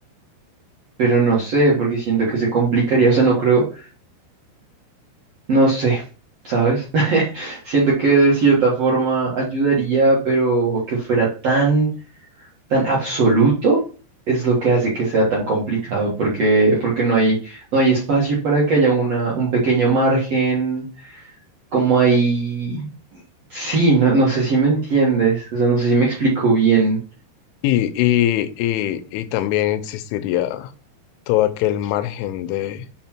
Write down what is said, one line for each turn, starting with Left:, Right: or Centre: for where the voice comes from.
Right: pero no sé, porque siento que se complicaría. O sea, no creo, no sé, ¿sabes? <laughs> Siento que de cierta forma ayudaría, pero que fuera tan, tan absoluto es lo que hace que sea tan complicado, porque, porque no hay, no hay espacio para que haya una, un pequeño margen, como hay... Sí, no, no sé si me entiendes, o sea, no sé si me explico bien.
Left: Y, y, y, y también existiría todo aquel margen de